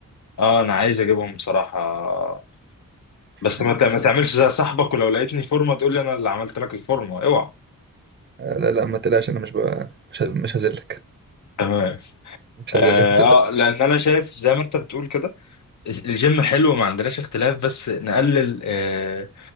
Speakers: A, on the left (about 55°); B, on the right (about 35°).
A: آه أنا عايز أجيبهم بصراحة بس
B: مم.
A: ما تع- ما تعملش زي صاحبك ولو لقيتني فورمة تقول لي أنا اللي عملت لك الفورمة أوعى
B: آه، لا لا ما تقلقش انا مش ب... مش ه- مش هذلك
A: تمام
B: مش
A: اه
B: هذلك ما تقلقش
A: آه، لان انا شايف زي ما انت بتقول كده الجيم حلو ما عندناش اختلاف بس نقلل آه